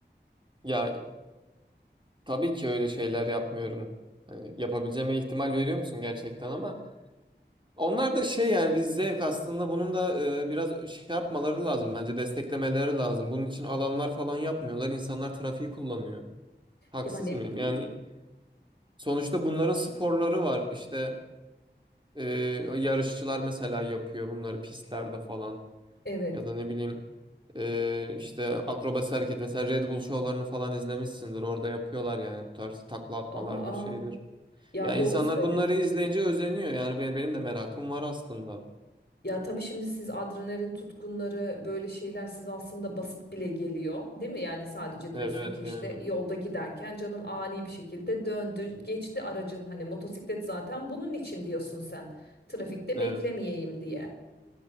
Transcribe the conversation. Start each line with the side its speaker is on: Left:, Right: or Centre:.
Right: Ya tabii ki öyle şeyler yapmıyorum. Hani yapabileceğime ihtimal veriyor musun gerçekten ama onlar da şey yani biz zevk aslında bunun da e, biraz şey yapmaları lazım bence desteklemeleri lazım. Bunun için alanlar falan yapmıyorlar. İnsanlar trafiği kullanıyor. Haksız
Left: Ya ne
Right: mıyım?
Left: bileyim.
Right: Yani Sonuçta bunların sporları var. İşte e, yarışçılar mesela yapıyor bunları pistlerde falan.
Left: Evet.
Right: Ya da ne bileyim e, işte akrobasi hareket mesela Red Bull şovlarını falan izlemişsindir. Orada yapıyorlar yani bu tarz takla atmalardır
Left: Aa, aa.
Right: şeydir.
Left: Ya
Right: Ya
Left: doğru
Right: insanlar
Left: söylüyorsun.
Right: bunları izleyince özeniyor. Yani benim, benim de merakım var aslında.
Left: Ya tabii şimdi siz adrenalin tutkunları böyle şeyler siz aslında basit bile geliyor, değil mi? Yani sadece
Right: Evet
Left: diyorsun ki işte
Right: yani.
Left: yolda giderken canım ani bir şekilde döndü, geçti aracın hani motosiklet zaten bunun için diyorsun sen. Trafikte
Right: Evet.
Left: beklemeyeyim diye.